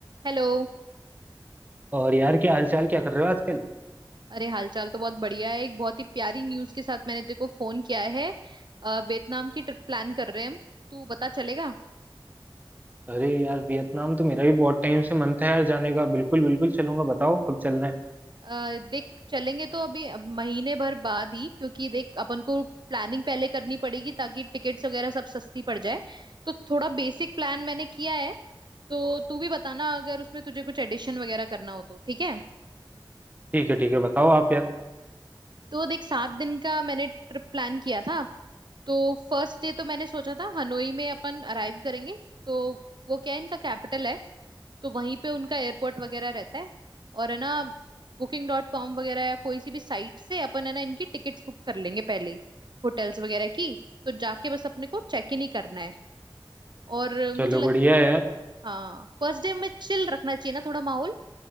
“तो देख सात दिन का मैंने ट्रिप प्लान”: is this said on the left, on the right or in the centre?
Right